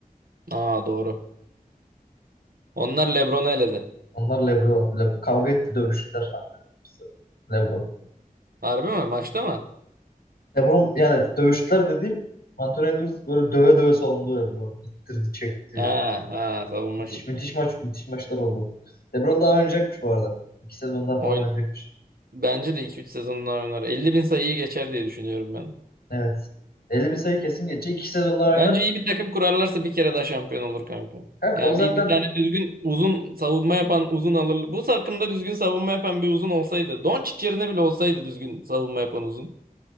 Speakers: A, on the right (about 80°); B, on the left (about 85°).
A: Aa doğru. Onlar LeBron'u eledi.
B: Onlar LeBron. Le- kavga etti dövüştüler. Anthony Edwards'la LeBron.
A: Harbi mi? Maçta mı?
B: LeBron yani dövüştüler dediğim Anthony Edwards böyle döve döve salındı LeBron. İttirdi çekti.
A: Ha ha savunma
B: Müthiş
A: şekli.
B: müthiş maç müthiş maçlar oldu. LeBron daha oynayacakmış bu arada. İki sezon daha
A: Oyun
B: falan oynayacakmış.
A: bence de iki üç sezon daha oynar. Elli bin sayıyı geçer diye düşünüyorum ben.
B: Evet. 50 bin sayı kesin geçecek. İki sezon daha oynar.
A: Bence iyi bir takım kurarlarsa bir kere daha şampiyon olur kanka.
B: Kanka
A: Yani
B: o zaten
A: bir, bir tane düzgün uzun savunma yapan uzun alır. Bu takımda düzgün savunma yapan bir uzun olsaydı. Doncic yerine bile olsaydı düzgün savunma yapan uzun.